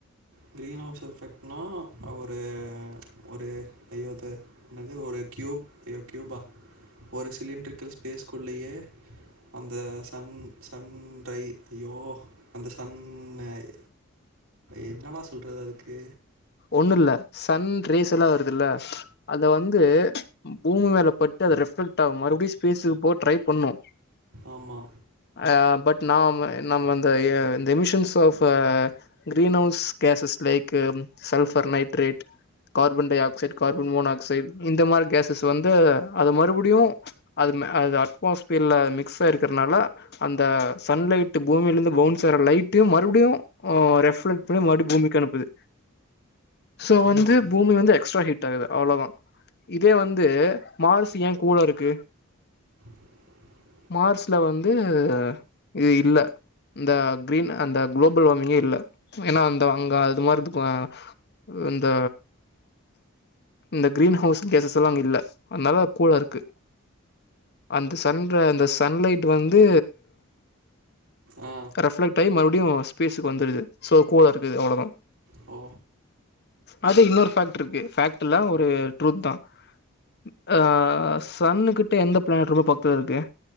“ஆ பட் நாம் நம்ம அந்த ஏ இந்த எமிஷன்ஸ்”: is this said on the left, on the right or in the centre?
Left